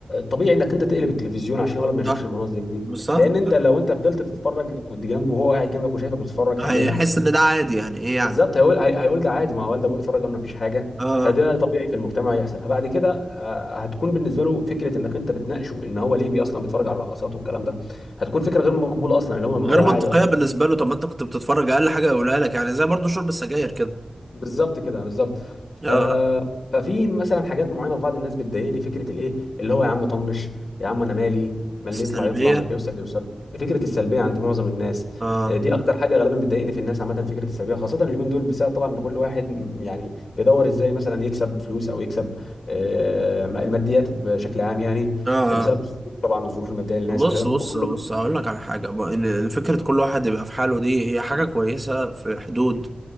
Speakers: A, on the left; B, on the right.
A: طبيعي انك انت تقلب التلفزيون عشان الولد ما يشوفش
B: صح
A: المناظر دي
B: مش صح
A: لان انت لو انت فضلت تتفرج جنبه وهو قاعد جنبك وشايفك بتتفرج
B: هيحس
A: عليها
B: إن ده عادي يعني إيه يعني
A: بالظبط هيقول هي- هيقول ده عادي ما هو والد ابوه بيتفرج عنه مفيش حاجه
B: آه
A: فده
B: آه.
A: طبيعي في المجتمع يحصل فبعد كده آه، هتكون بالنسبه له فكره انك انت بتناقشه ان هو ليه بي اصلا بيتفرج على الرقصات والكلام ده هتكون فكره غير مقبوله اصلا اللي هو ما
B: غير
A: هو ده العادي
B: منطقية
A: اصلا
B: بالنسبة له طب ما أنت كنت بتتفرج أقل حاجة يقولها لك يعني زي برضو شرب السجاير كده
A: بالظبط كده بالظبط ف
B: آه
A: ففي مثلا حاجات معينه في بعض الناس بتضايقني فكره الايه اللي هو يا عم طنش يا عم انا مالي ما
B: سلبية
A: اللي يطلع يطلع ما اللي يوصل اللي يوصل فكره السلبيه عند معظم الناس
B: آه
A: آه، دي اكتر حاجه غالبا بتضايقني في الناس عامه فكره السلبيه خاصه اليومين دول بسبب طبعا ان كل واحد م- يعني بيدور ازاي مثلا يكسب فلوس او يكسب آه، الماديات بشكل عام يعني
B: اه
A: بسبب طبعا الظروف الماديه للناس
B: بص
A: وكده
B: بص
A: فكله
B: بص هقول لك على حاجة بقى، ال- فكرة كل واحد يبقى في حاله دي هي حاجة كويسة في حدود